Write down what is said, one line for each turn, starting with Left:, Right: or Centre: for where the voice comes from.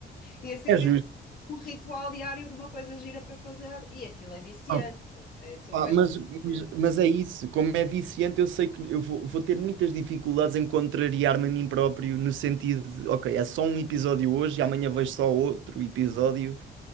Left: E assim
Right: É justo.
Left: tens um ritual diário de uma coisa gira para fazer e aquilo é viciante,
Right: Ah,
Left: é super
Right: Pá, mas,
Left: surpreendente.
Right: mas, mas é isso, como é viciante, eu sei que eu vou, vou ter muitas dificuldades em contrariar-me a mim próprio, no sentido de, ok, é só um episódio hoje e amanhã vejo só outro episódio.